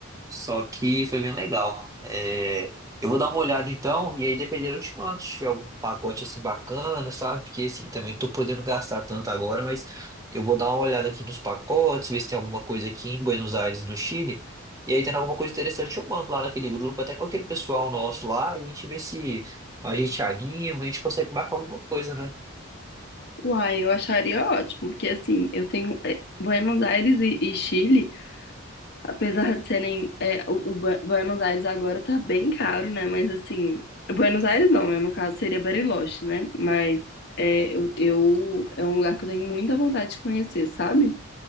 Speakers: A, on the right; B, on the left.
A: só que foi bem legal. É, eu vou dar uma olhada então, e aí dependendo eu te mando, se tiver algum pacote assim bacana, sabe? Porque assim, também não tô podendo gastar tanto agora, mas eu vou dar uma olhada aqui nos pacotes, ver se tem alguma coisa aqui em Buenos Aires, no Chile. E aí tendo alguma coisa interessante, eu mando lá naquele grupo, até com aquele pessoal nosso lá, e a gente vê se a gente anima, a gente consegue marcar alguma coisa, né?
B: Uai, eu acharia ótimo, porque assim, eu tenho é, Buenos Aires e, e Chile, apesar de serem, é, o, o Bu- Buenos Aires agora tá bem caro, né? Mas assim, Buenos Aires não, né? No caso seria Bariloche, né? Mas é, eu, eu- é um lugar que eu tenho muita vontade de conhecer, sabe?